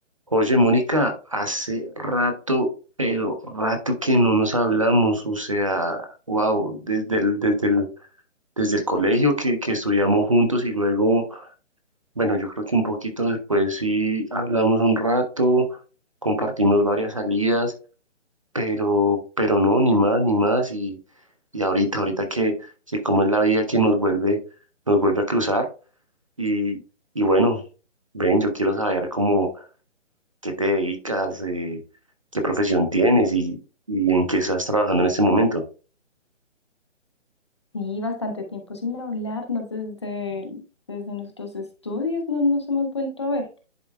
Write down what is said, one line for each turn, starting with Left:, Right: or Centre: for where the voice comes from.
Right: Oye, Mónica, hace rato, pero rato que no nos hablamos, o sea, wow, desde el, desde el, desde el colegio que, que estudiamos juntos y luego, bueno, yo creo que un poquito después sí hablamos un rato, compartimos varias salidas, pero, pero no, ni más, ni más, y, y ahorita, ahorita que, que como es la vida que nos vuelve, nos vuelve a cruzar, y, y bueno, ven, yo quiero saber cómo qué te dedicas, eh, qué profesión tienes y, y en qué estás trabajando en este momento.
Left: Sí, bastante tiempo sin hablarnos desde, desde nuestros estudios, no nos hemos vuelto a ver.